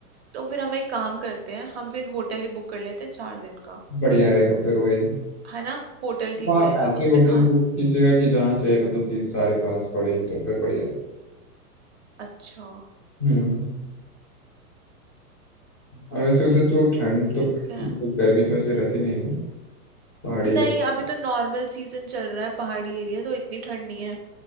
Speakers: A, on the right; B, on the left.
A: तो फिर हम एक काम करते हैं हम फिर होटल ही बुक कर लेते हैं चार दिन का
B: बढ़िया रहेगा फिर वही
A: है ना होटल
B: तो
A: ठीक
B: आप
A: रहेगा
B: ऐसे
A: उसमें
B: होटल
A: खा
B: बुक कीजिएगा कि जहाँ से मतलब कि सारे पास पड़े तो फिर बढ़िया है।
A: अच्छा
B: हम्म और वैसे उधर तो ठंड
A: ठीक
B: तो पड़ती
A: है
B: है, तो गर्मी तो ऐसे रहती नहीं ना पहाड़ी
A: नहीं
B: इलाका
A: अभी तो नॉर्मल सीजन चल रहा है पहाड़ी एरिया तो इतनी ठंड नहीं है